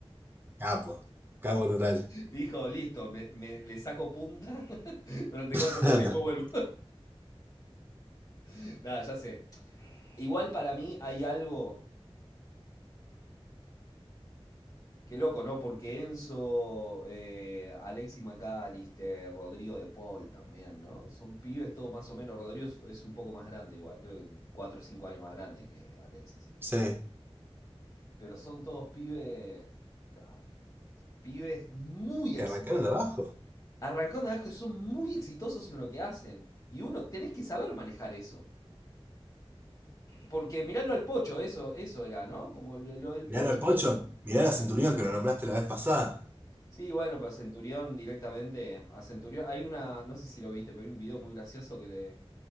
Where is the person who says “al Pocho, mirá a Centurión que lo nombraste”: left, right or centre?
Right